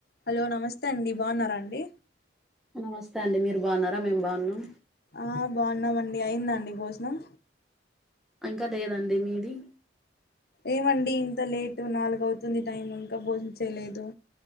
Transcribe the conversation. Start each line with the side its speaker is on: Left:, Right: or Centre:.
Left: హలో నమస్తే అండి బాగున్నారా అండి
Centre: నమస్తే అండి మీరు బాగున్నారా మేం బాగున్నాం
Left: ఆ బాగున్నామండి అయింద అండి భోజనం
Centre: ఇంకా లేదండి మీది
Left: ఏమండి ఇంత లేటు నాలుగు అవుతుంది టైం ఇంకా భోజనం చేయలేదు